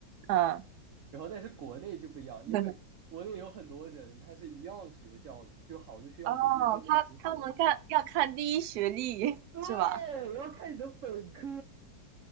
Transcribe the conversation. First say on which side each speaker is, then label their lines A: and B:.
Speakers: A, on the right; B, on the right.
A: 嗯，
B: 然后但是国内就不一样，
A: <laughs>
B: 因为国内有很多人他是一样学校的，就好的学校毕竟就那几所。
A: 哦，他他们看要看第一学历是吧？
B: 对，要看你的本科。